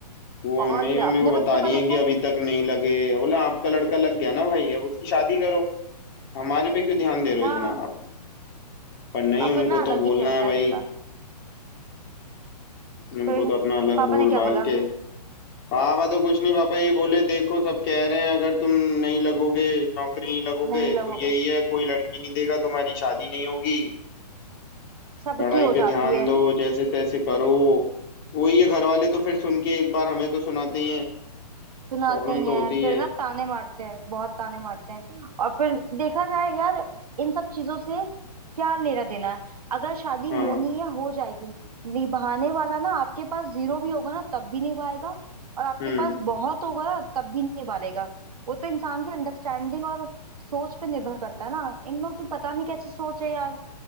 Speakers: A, on the left (about 35°); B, on the right (about 60°).
A: वो हमें
B: और
A: ही
B: क्या
A: मम्मी
B: अपने
A: को
B: बच्चों
A: बता रही
B: का देखो
A: है कि अभी तक नहीं लगे बोला आपका लड़का लग गया ना भाई अब उसकी शादी करो हमारे पे क्यों ध्यान दे रहे
B: हाँ
A: हो इतना आप पर नहीं
B: अपना
A: उनको
B: अलग
A: तो बोलना
B: ही चलता
A: है भाई
B: है इनका
A: उनको
B: फिर
A: तो अपना अलग
B: पापा
A: बोल
B: ने क्या
A: बाल
B: बोला
A: के हाँ मैं तो कुछ नहीं पापा ये बोले देखो सब कह रहे हैं अगर तुम नहीं लगोगे नौकरी नहीं लगोगे
B: नहीं लगोगे
A: तो यही है कोई लड़की नहीं देगा तुम्हारी शादी नहीं होगी
B: सबकी
A: पढ़ाई
B: हो
A: पे
B: जाती
A: ध्यान
B: है
A: दो जैसे तैसे करो वही है घर वाले तो फिर सुन के एक बार हमें तो सुनाते ही हैं
B: सुनाते
A: प्रॉब्लम
B: ही
A: तो
B: हैं
A: होती ही
B: फिर
A: है
B: ना ताने मारते हैं बहुत ताने मारते हैं और फिर देखा जाए यार इन सब चीजों से क्या लेना देना है अगर शादी
A: हाँ
B: होनी है हो जाएगी निभाने वाला ना आपके पास जीरो भी होगा ना तब भी निभाएगा और आपके
A: हम्म
B: पास बहुत होगा ना तब भी निभा लेगा वो तो इंसान की अंडरस्टैंडिंग और सोच पे निर्भर करता है ना इन लोगों की पता नहीं कैसी सोच है यार